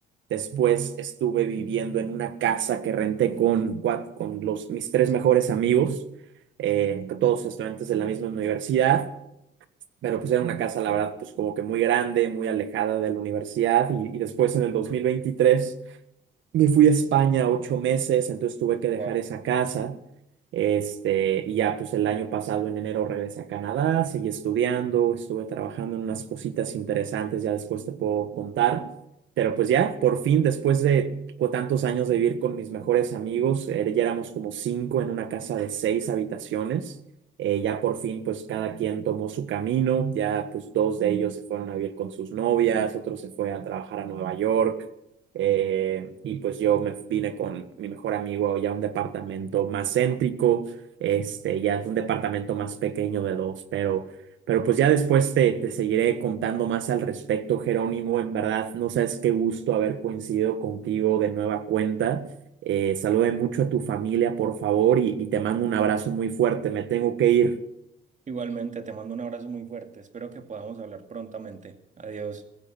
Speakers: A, on the right; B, on the right.
A: Después estuve viviendo en una casa que renté con, cuat- con los, mis tres mejores amigos eh, que todos estudiantes de la misma universidad, pero pues era una casa, la verdad, pues como que muy grande, muy alejada de la universidad y, y después en el 2023 me fui a España ocho meses, entonces tuve que dejar
B: wow.
A: esa casa. Este, y ya pues el año pasado en enero regresé a Canadá, seguí estudiando, estuve trabajando en unas cositas interesantes, ya después te puedo contar. Pero pues ya, por fin, después de cu- tantos años de vivir con mis mejores amigos, eh, ya éramos como cinco en una casa de seis habitaciones. eh, ya por fin, pues cada quien tomó su camino, ya pues dos de ellos se fueron a vivir con sus novias, otro se fue a trabajar a Nueva York eh, y pues yo me vine con mi mejor amigo ya a un departamento más céntrico, este, ya es un departamento más pequeño de dos, pero, pero pues ya después te, te seguiré contando más al respecto, Jerónimo, en verdad, no sabes qué gusto haber coincidido contigo de nueva cuenta. Eh, salude mucho a tu familia, por favor, y, y te mando un abrazo muy fuerte, me tengo que ir.
B: Igualmente, te mando un abrazo muy fuerte. Espero que podamos hablar prontamente. Adiós.